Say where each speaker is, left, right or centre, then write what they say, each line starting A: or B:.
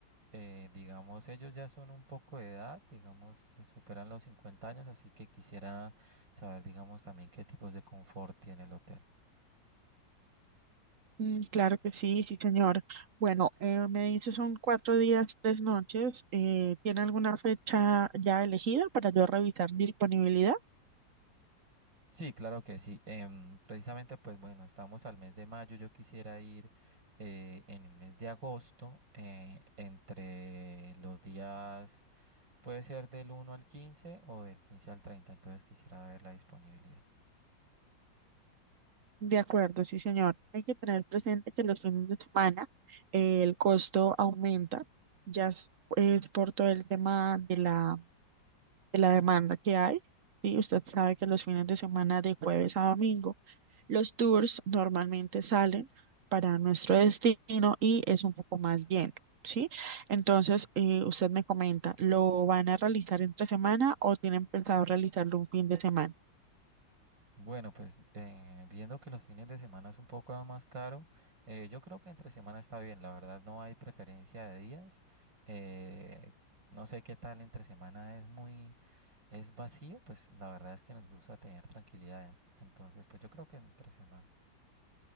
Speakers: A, on the right; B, on the right.
A: Eh, digamos, ellos ya son un poco de edad, digamos, ya superan los 50 años, así que quisiera saber, digamos, también qué tipos de confort tiene el hotel.
B: Mm, claro que sí, sí, señor. Bueno, eh, me dice son cuatro días, tres noches. Eh, ¿tiene alguna fecha ya elegida para yo revisar disponibilidad?
A: Sí, claro que sí. Em, precisamente, pues bueno, estamos al mes de mayo. Yo quisiera ir eh, en el mes de agosto, eh, entre los días Puede ser del uno al 15 o del 15 al 30. entonces quisiera ver la disponibilidad.
B: De acuerdo, sí, señor. Hay que tener presente que los fines de semana eh, el costo aumenta, ya es, es por todo el tema de la, de la demanda que hay. Sí, usted sabe que los fines de semana de jueves a domingo Los tours normalmente salen para nuestro destino y es un poco más lleno, ¿sí? Entonces, eh, usted me comenta, ¿lo van a realizar entre semana o tienen pensado realizarlo un fin de semana?
A: Bueno, pues eh, viendo que los fines de semana es un poco más caro, eh, yo creo que entre semana está bien, la verdad no hay preferencia de días. eh, no sé qué tal entre semana es muy, es vacío, pues la verdad es que nos gusta tener tranquilidad, entonces pues yo creo que entre semana.